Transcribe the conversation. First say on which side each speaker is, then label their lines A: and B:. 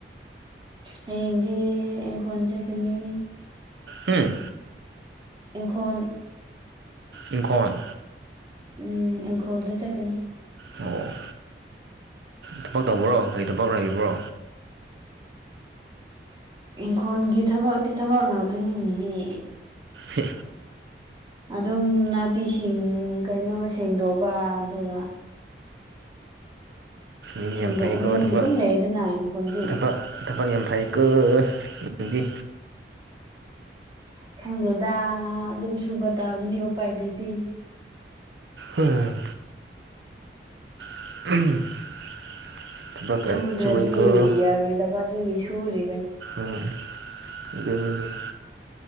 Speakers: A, on the right; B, on the right.
A: ꯍꯌꯦꯡꯗꯤ ꯏꯡꯈꯣꯟ ꯆꯠꯀꯅꯤ
B: ꯎꯝ
A: ꯏꯪꯈꯣꯜ
B: ꯏꯪꯈꯣꯟ
A: ꯎꯝ ꯏꯪꯈꯣꯜꯗ ꯆꯠꯀꯅꯤ
B: ꯑꯣ ꯊꯕꯛ ꯇꯧꯕ꯭ꯔꯣ ꯀꯔꯤ ꯊꯕꯛ ꯂꯩꯕ꯭ꯔꯣ
A: ꯏꯪꯈꯣꯜꯒꯤ ꯊꯕꯛꯇꯤ ꯊꯕꯛ ꯉꯥꯛꯇꯅꯤꯅꯦꯍꯦ
B: ꯍꯦ
A: ꯑꯗꯨꯝ ꯅꯥꯄꯤꯁꯤꯡ ꯀꯩꯅꯣ ꯁꯦꯡꯗꯣꯛꯄ ꯑꯗꯨꯒ
B: ꯏ
A: ꯁꯦꯡꯗꯣꯛꯅꯤꯡꯉꯥꯏꯗꯤ
B: ꯌꯥꯝ ꯐꯩꯀꯣ ꯊꯕꯛ
A: ꯑꯗꯨꯝ ꯂꯩꯌꯦꯗꯅ ꯏꯪꯈꯣꯜꯗꯤ
B: ꯊꯕꯛ ꯊꯕꯛ ꯌꯥꯝ ꯐꯩꯀꯣ ꯃꯤꯗꯤ
A: ꯈꯪꯗꯦꯗ ꯑꯗꯨꯝ ꯁꯨꯕ ꯇꯥꯕꯅꯤ ꯎꯄꯥꯏ ꯂꯩꯇꯦ
B: ꯎꯝ <inaudible> ꯊꯕꯛꯀ
A: ꯁꯨꯗ꯭ꯔꯥꯗꯤ
B: ꯁꯨꯋꯦꯀꯣ
A: ꯌꯥꯔꯣꯏꯗꯕ ꯑꯗꯨꯒꯤ ꯁꯨꯔꯤ
B: ꯎꯝ ꯑꯗꯨꯅꯤ ꯗꯨꯅꯤ